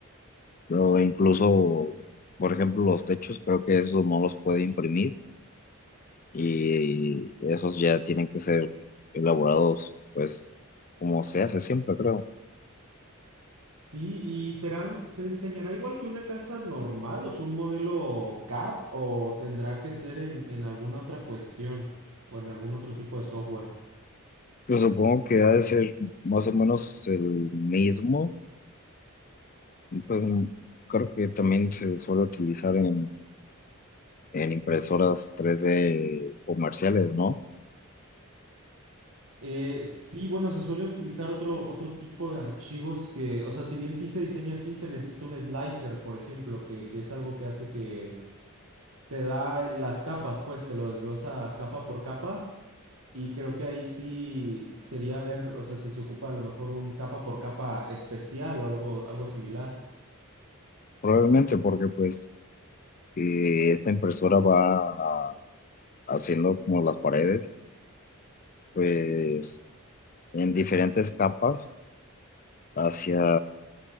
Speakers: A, on the left; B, on the right.
A: o incluso, por ejemplo, los techos, creo que esos no los puede imprimir y esos ya tienen que ser elaborados, pues, como se hace siempre, creo.
B: Sí, y serán, ¿se diseñará igual que una casa normal, o sea, un modelo CAD, o tendrá que ser en, en alguna otra cuestión o en algún otro tipo de software?
A: Pues supongo que ha de ser más o menos el mismo, pues creo que también se suele utilizar en, en impresoras tres d comerciales, ¿no?
B: Eh, sí, bueno, se suele utilizar otro, otro tipo de archivos que, o sea, si bien sí se diseña así, se necesita un slicer, por ejemplo, que, que es algo que hace que te da el- las capas, pues te lo desglosa capa por capa. Y creo que ahí sí sería ver, o sea, si se ocupa a lo mejor un capa por capa especial o algo, algo similar.
A: Probablemente porque pues eh, esta impresora va a- haciendo como las paredes, pues en diferentes capas hacia